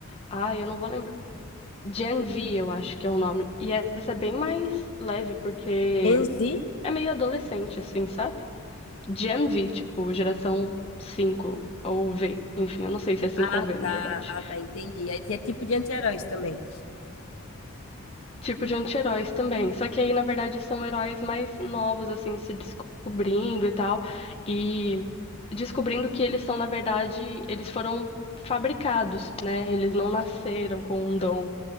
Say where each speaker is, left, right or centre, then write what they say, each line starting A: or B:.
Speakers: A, on the left; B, on the left.
A: Ai, eu não vou lembrar. Gen V, eu acho que é o nome. E essa é bem mais leve, porque
B: Enzi?
A: é meio adolescente, assim, sabe? Gen V, tipo, geração 5 ou V. Enfim, eu não sei se é 5
B: Ah,
A: ou V, na
B: tá.
A: verdade.
B: Ah, tá, entendi. É, é tipo de anti-heróis também.
A: tipo de anti-heróis também. Só que aí, na verdade, são heróis mais novos, assim, se descobrindo e tal. E descobrindo que eles são, na verdade, eles foram fabricados, né? Eles não nasceram com um dom.